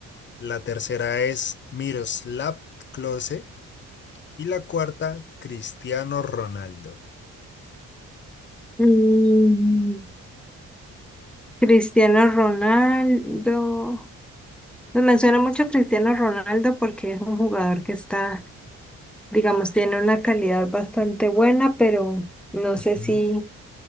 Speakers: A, on the left; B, in the centre.
A: la tercera es Miroslav Klose y la cuarta Cristiano Ronaldo.
B: Mm, Cristiano Ronaldo. Pues Me suena mucho Cristiano Ronaldo porque es un jugador que está digamos, tiene una calidad bastante buena, pero no
A: Ujú,
B: sé si,